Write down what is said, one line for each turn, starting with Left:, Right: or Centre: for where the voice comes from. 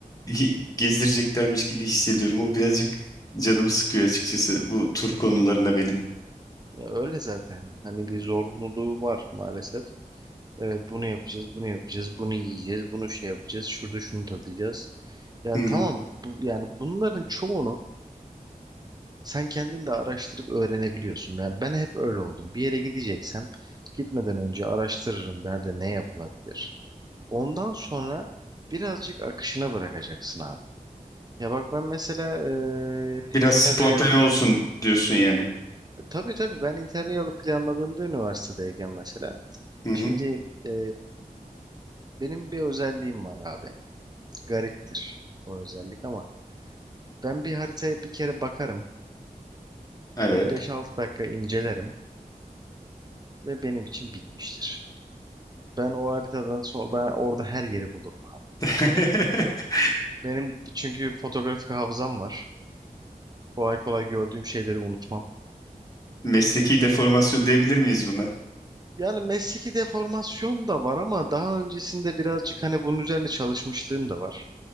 Left: <laughs> gezdireceklermiş gibi hissediyorum. O birazcık canımı sıkıyor açıkçası bu tur konularında benim.
Right: Ya öyle zaten. Hani bir zorunluluğu var maalesef. Evet bunu yapacağız, bunu yapacağız, bunu yiyeceğiz, bunu şey yapacağız, şurada şunu tadacağız. Ya
Left: Hı hı.
Right: tamam bu, yani bunların çoğunu Sen kendin de araştırıp öğrenebiliyorsun. Ben, ben hep öyle oldum. Bir yere gideceksem gitmeden önce araştırırım nerede ne yapılabilir. Ondan sonra birazcık akışına bırakacaksın abi. Ya bak ben mesela e,
Left: Biraz
Right: Interrail
Left: spontane olsun diyorsun yani.
Right: e, tabii tabii ben Interrail'ı planladığımda üniversitedeyken mesela
Left: Hı hı.
Right: şimdi e, benim bir özelliğim var abi. Gariptir o özellik ama ben bir haritaya bir kere bakarım.
Left: Evet.
Right: Bir beş altı dakika incelerim ve benim için bitmiştir. Ben o haritadan sonra ben orada her yeri bulurum abi.
Left: <laughs>
Right: Benim çünkü fotoğrafik hafızam var. Kolay kolay gördüğüm şeyleri unutmam.
Left: Mesleki deformasyon diyebilir miyiz buna?
Right: Yani mesleki deformasyon da var ama daha öncesinde birazcık hani bunun üzerine çalışmışlığım da var